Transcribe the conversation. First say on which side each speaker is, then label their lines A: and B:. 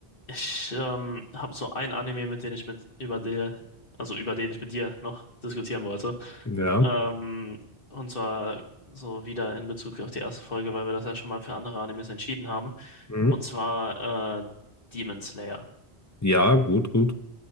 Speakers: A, on the left; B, on the left.
A: Ich ähm, habe so ein Anime, mit dem ich mit über dir, also über den ich mit dir noch diskutieren wollte.
B: Ja.
A: Ähm, und zwar so wieder in Bezug auf die erste Folge, weil wir das ja schon mal für andere Animes entschieden haben.
B: Mhm.
A: Und zwar äh, Demon Slayer.
B: Ja, gut, gut.